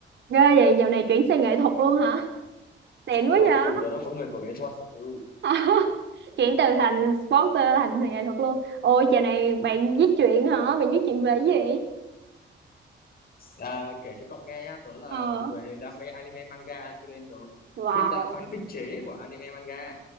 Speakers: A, on the right; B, on the left.
A: Ghê vậy, dạo này chuyển sang nghệ thuật luôn hả? Xịn quá
B: ừ
A: vậy.
B: tớ là con người của nghệ thuật ừ
A: <laughs> Chuyển từ thành sporter thành nghệ thuật luôn. Ôi, dạo này bạn viết truyện hả? Bạn viết truyện về cái gì?
B: à, kể cho cậu nghe nhá tớ là
A: Ờ.
B: người đam mê anime manga cho nên tớ
A: Wow.
B: viết ờ, fanfic chế của anime manga